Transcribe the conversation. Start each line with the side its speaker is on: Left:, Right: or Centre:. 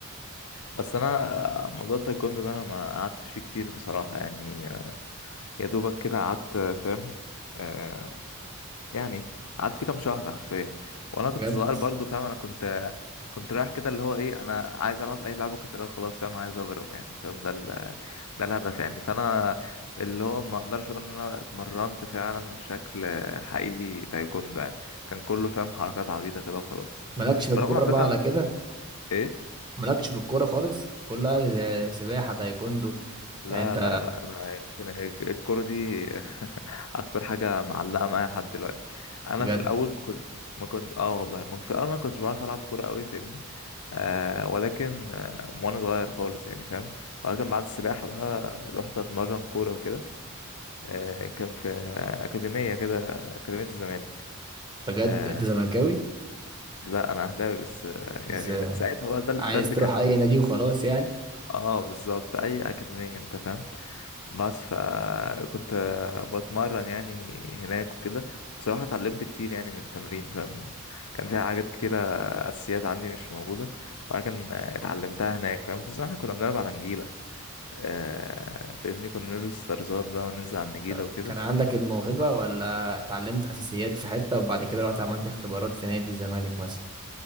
Left: بس انا موضوع التايكوندو ده انا ما قعدتش فيه كتير بصراحة يعني يا دوبك كده قعدت فاهم آه يعني قعدت فيه كام شهر حرفيا وانا كنت
Right: بجد
Left: صغير برضو فاهم انا كنت كنت رايح كده اللي هو ايه انا عايز العب اي لعبه قتاليه خلاص فاهم عايز اضرب يعني فاهم ده ال- <laughs> ده الهدف يعني فانا اللي هو ما اقدرش اقول ان انا اتمرنت فعلا بشكل حقيقي تايكوندو يعني كان كله فاهم حركات عبيطه كده وخلاص
Right: مالكش في
Left: برغم
Right: الكوره
Left: على فكره
Right: بقى على كده
Left: ايه
Right: مالكش في الكوره خالص كلها زي سباحه تايكوندو
Left: لا
Right: يعني انت
Left: لا لا انا يمكن الكوره دي <laughs> اكتر حاجه معلقه معايا لحد دلوقتي انا
Right: بجد
Left: في الاول كنت ما كنت اه والله ما كنت في الاول انا ما كنتش بعرف العب كوره قوي فاهمني آه ولكن آه وانا صغير خالص يعني فاهم ولكن بعد السباحه بقى رحت اتمرن كوره وكده آه كان في اكاديميه كده اكاديميه الزمالك
Right: بجد
Left: آه
Right: انت زملكاوي
Left: لا انا اهلاوي بس آه
Right: ازاي
Left: يعني ساعتها بقى ده ده
Right: عايز
Left: اللي
Right: تروح
Left: كان
Right: اي نادي وخلاص يعني
Left: اه بالظبط اي اكاديميه انت فاهم بس فكنت بتمرن يعني هناك وكده بصراحة اتعلمت كتير يعني من التمرين فاهم كان فيها حاجات كتيرة أساسيات عندي مش موجودة ولكن اتعلمتها هناك فاهم خصوصا احنا كنا بنلعب على نجيلة آه فاهمني كنا نلبس طرزات بقى وننزل على النجيلة
Right: طب
Left: وكده
Right: كان عندك الموهبة ولا اتعلمت أساسيات في حتة وبعد كده رحت عملت اختبارات في نادي الزمالك مثلا